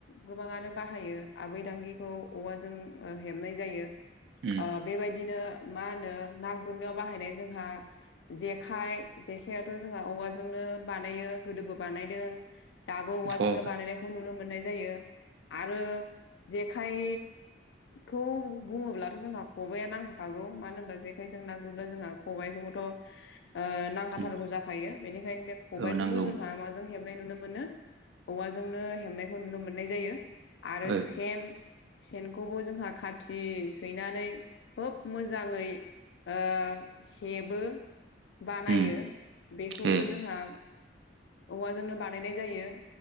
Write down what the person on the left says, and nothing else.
गोबाङानो बाहायो आबै दांगिखौ औवाजों हेबनाय जायो।
ओ बेबायदिनो मा होनो ना गुरनायाव बाहायनाय जोंहा जेखाइ जेखायाथ' जोंहा औवाजोंनो बानायो गोदोबो बानायदों। दाबो औवाजोंनो
बानायनायखौ नुनो मोननाय जायो आरो जेखाय खौ बुङोब्लाथ' जोंहा खबाइआ नांफाखागौ मानो होनबा जेखायजों ना गुरब्ला जोंहा खबाइखौथ' ओ ना नांथारगौ
जाखायो बेनिखायनो बे खबायखौबो
जोंहा माजों हेबनाय नुनो मोनो औवाजोंनो हेबनायखौ नुनो मोननाय जायो आरो
सेन सेनखौबो जोंहा खाथि सैनानै खोब मोजाङै ओ हेबो बानायो
बेखौबो
जोंहा औवाजोंनो बानायनाय जायो